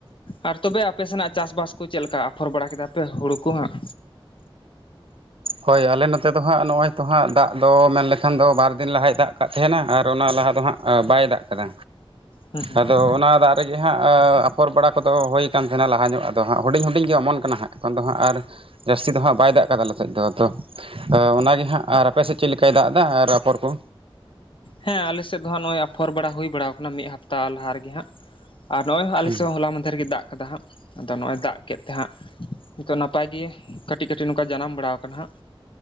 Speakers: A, on the left; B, on the right.
A: ᱟᱨ ᱛᱚᱵᱮ ᱟᱯᱮ ᱥᱮᱱᱟᱜ ᱪᱟᱥᱵᱟᱥ ᱠᱚ ᱪᱮᱫ ᱞᱮᱠᱟ ᱟᱯᱷᱚᱨ ᱵᱟᱲᱟ ᱠᱮᱫᱟ ᱯᱮ ᱦᱩᱲᱩ ᱠᱚ ᱦᱟᱸᱜ?
B: ᱦᱳᱭ ᱟᱞᱮ ᱱᱚᱛᱮ ᱫᱚ ᱦᱟᱸᱜ ᱱᱚᱜᱼᱚᱭ ᱛᱚ ᱦᱟᱸᱜ ᱫᱟᱜ ᱫᱚ ᱢᱮᱱ ᱞᱮᱠᱷᱟᱱ ᱫᱚ ᱵᱟᱨ ᱫᱤᱱ ᱞᱟᱦᱟᱭ ᱫᱟᱜ ᱠᱟᱜ ᱛᱟᱦᱮᱱᱟ᱾ ᱟᱨ ᱚᱱᱟ ᱞᱟᱦᱟ ᱫᱚ ᱦᱟᱸᱜ ᱼᱼ ᱟ ᱵᱟᱭ ᱫᱟᱜ ᱠᱟᱫᱟ
A: ᱦᱩᱸ ᱦᱩᱸ
B: ᱟᱫᱚ ᱚᱱᱟ ᱫᱟᱜ ᱼᱼ ᱛᱮᱜᱮ ᱦᱟᱸᱜ ᱟᱯᱷᱚᱨ ᱵᱟᱲᱟ ᱠᱚᱫᱚ ᱦᱳᱭᱠᱟᱱ ᱛᱟᱦᱮᱱᱟ᱾ ᱞᱟᱦᱟᱧᱚᱜ ᱟᱫᱚ ᱦᱟᱸᱜ ᱦᱩᱰᱤᱧ ᱦᱩᱰᱤᱧ ᱜᱮ ᱚᱢᱚᱱ ᱠᱟᱱᱟ ᱦᱟᱸᱜ᱾ ᱮᱠᱷᱚᱱ ᱫᱚ ᱦᱟᱸᱜ ᱟᱨ ᱼᱼ ᱡᱟᱹᱥᱛᱤ ᱫᱚ ᱦᱟᱸᱜ ᱵᱟᱭ ᱫᱟᱜ ᱠᱟᱫᱟ ᱞᱮ ᱥᱮᱡ ᱫᱚ ᱟᱫᱚ ᱚᱱᱟᱜᱤ ᱦᱟᱸᱜ ᱟᱨ ᱟᱯᱮᱥᱮᱫ ᱪᱮᱫ ᱞᱮᱠᱟᱭ ᱫᱟᱜ ᱫᱟ ᱟᱨ ᱟᱯᱚᱨ ᱠᱚ
A: ᱦᱮᱸ ᱟᱞᱮᱥᱮᱫ ᱫᱚ ᱦᱟᱸᱜ ᱱᱚᱜᱚᱭ ᱟᱯᱷᱚᱨ ᱵᱟᱲᱟ ᱦᱩᱭ ᱵᱟᱲᱟ ᱠᱟᱱᱟ ᱢᱤᱫ ᱦᱟᱯᱛᱟ ᱞᱟᱦᱟ ᱨᱤᱜᱤ ᱦᱟᱸᱜ। ᱟᱨ ᱱᱚᱜ ᱚᱭ ᱦᱚ ᱟᱞᱮᱥᱮᱫ
B: ᱦᱮᱸ
A: ᱦᱚᱸ ᱦᱚᱞᱟ ᱢᱟᱦᱫᱷᱮᱨ ᱨᱮᱜᱮ ᱫᱟᱜ ᱠᱟᱫᱟ ᱦᱟᱸᱜ ᱟᱫᱚ ᱱᱚᱜ ᱚᱭ ᱫᱟᱜ ᱠᱮᱫ ᱛᱮ ᱦᱟᱸᱜ ᱱᱟᱯᱟᱭ ᱜᱮ ᱠᱟᱹᱴᱤᱡ ᱠᱟᱹᱴᱤᱡ ᱼᱼ ᱠᱟ ᱡᱟᱱᱟᱢ ᱵᱟᱲᱟᱣ ᱠᱟᱱᱟ ᱦᱟᱸᱜ